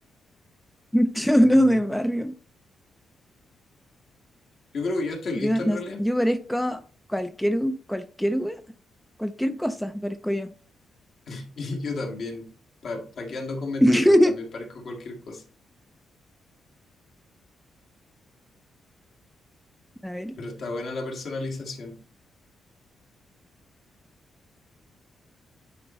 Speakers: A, in the centre; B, on the left.
A: <laughs> Choro
B: Mm,
A: de barrio.
B: Yo creo que yo estoy
A: Yo,
B: listo
A: no,
B: en realidad.
A: yo parezco cualquier, cualquier weá, cualquier cosa parezco yo.
B: <laughs> Y yo también. Pa, pa' qué ando con mentiras,
A: <laughs>
B: también parezco cualquier cosa.
A: A ver,
B: Pero
A: estoy
B: está buena la personalización.